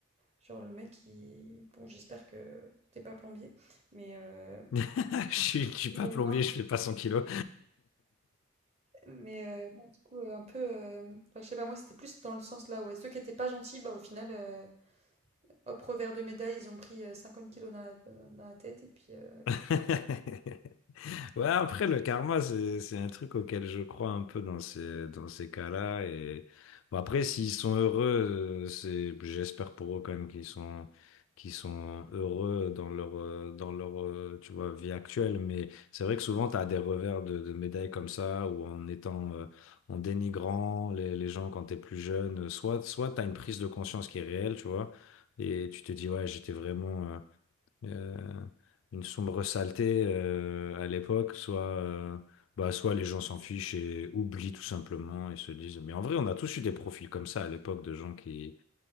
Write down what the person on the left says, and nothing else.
<laughs> Je suis, je suis
pas plombier,
je fais pas cent kilos.
<laughs> Ouais, après, le karma, c'est, c'est un truc auquel je crois un peu dans ces, dans ces cas-là. Et bon, après, s'ils sont heureux, euh, c'est, j'espère pour eux quand même qu'ils sont, qu'ils sont heureux dans leur, euh, dans leur, euh, tu vois, vie actuelle. Mais c'est vrai que souvent, tu as des revers de, de médailles comme ça, où en étant, euh, en dénigrant les, les gens quand t'es plus jeune. euh, Soit, soit t'as une prise de conscience qui est réelle, tu vois, et tu te dis, ouais, j'étais vraiment, euh, euh, une sombre saleté euh, à l'époque, soit, euh, bah, soit les gens s'en fichent et oublient tout simplement et se disent, mais en vrai, on a tous eu des profils comme ça à l'époque de gens qui,